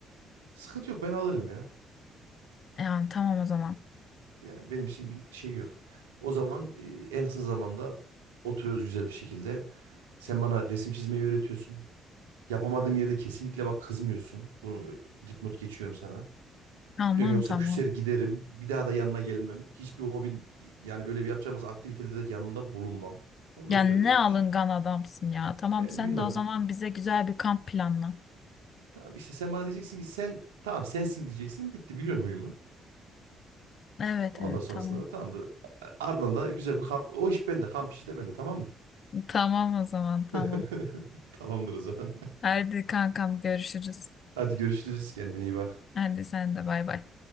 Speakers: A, on the right; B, on the left.
A: sıkıntı yok ben alırım ya.
B: Yani tamam o zaman.
A: Yani benim için bir şey yok. O zaman e, en kısa zamanda oturuyoruz güzel bir şekilde. Sen bana resim çizmeyi öğretiyorsun. Yapamadığım yerde kesinlikle bak kızmıyorsun. Bunu e, dipnot geçiyorum sana.
B: Tamam
A: Biliyorsun yoksa
B: tamam.
A: küser giderim. Bir daha da yanına gelmem. Hiçbir hobin yani böyle bir yapacağımız aktivitede de yanında bulunmam. Onu
B: Ya
A: da söyleyeyim.
B: ne alıngan adamsın ya. Tamam
A: Ben
B: sen
A: bilmem.
B: de o zaman bize güzel bir kamp planla.
A: Tamam işte sen bana diyeceksin ki sen tamam sensin diyeceksin. Bitti biliyorsun huyumu.
B: Evet
A: Ondan
B: evet
A: sonrasında
B: tamam.
A: da tamamdır. Ardından da güzel bir kamp. O iş bende. Kamp işi de bende tamam mı?
B: Tamam o zaman tamam.
A: <laughs> Tamamdır o zaman.
B: Hadi kankam görüşürüz.
A: Hadi görüşürüz. Kendine iyi bak.
B: Hadi sen de bay bay.